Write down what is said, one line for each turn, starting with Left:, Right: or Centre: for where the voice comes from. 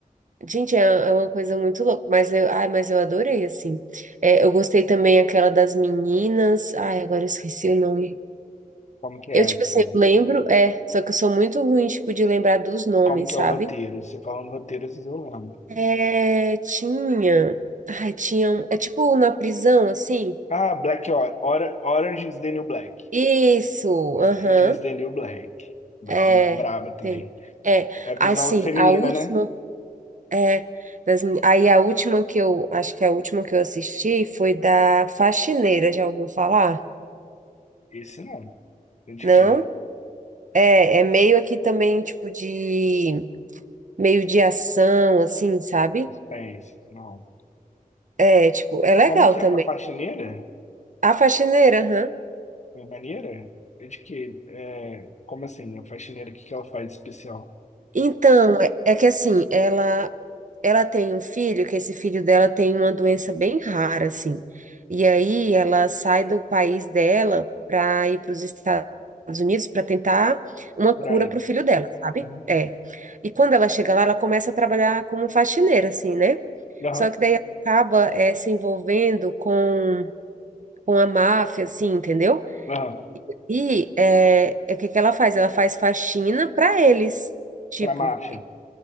Right: gente, é, é uma coisa muito louca, mas eu, ai, mas eu adorei, assim. É, eu gostei também aquela das meninas, ai, agora eu esqueci o nome.
Left: Como que é,
Right: Eu, tipo
Left: sério?
Right: assim, eu lembro, é, só que eu sou muito ruim, tipo, de lembrar dos nomes,
Left: Como que
Right: sabe?
Left: é o roteiro? Você falando roteiro, vocês eu lembro.
Right: É, tinha, ai, tinha, um- é tipo na prisão, assim,
Left: Ah, Black Or Or- Orange is the New Black.
Right: isso,
Left: Orange
Right: aham.
Left: is the New Black. Bra-
Right: É,
Left: ma- braba também.
Right: tem. É,
Left: É prisão
Right: assim,
Left: feminina,
Right: a última,
Left: né?
Right: é, das mi- aí a última que eu, acho que a última que eu assisti foi da Faxineira, já ouviu falar?
Left: Esse não. É De
Right: Não?
Left: que?
Right: É, é meio aqui também, tipo, de, meio de ação, assim, sabe?
Left: Suspense. Não.
Right: É, tipo, é legal
Left: Como que
Right: também.
Left: é? A faxineira?
Right: A Faxineira, aham.
Left: A maneira? É de que? É... Como assim? A faxineira, o que que ela faz de especial?
Right: Então, é é que assim, ela ela tem um filho, que esse filho dela tem uma doença bem rara, assim. E aí ela sai do país dela para ir para os Estados Unidos para tentar uma cura
Left: Por aí.
Right: para o filho dela, sabe?
Left: Uhum.
Right: É. E quando ela chega lá, ela começa a trabalhar como faxineira, assim, né?
Left: Aham.
Right: Só que daí ela acaba é, se envolvendo com, com a máfia, assim, entendeu?
Left: Aham.
Right: E é, é o que que ela faz? Ela faz faxina para eles, tipo.
Left: Pra máfia.